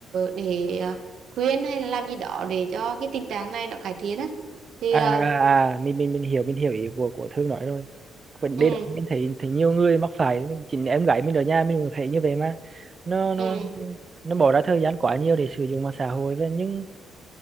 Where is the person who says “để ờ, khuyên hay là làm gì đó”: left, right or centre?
Right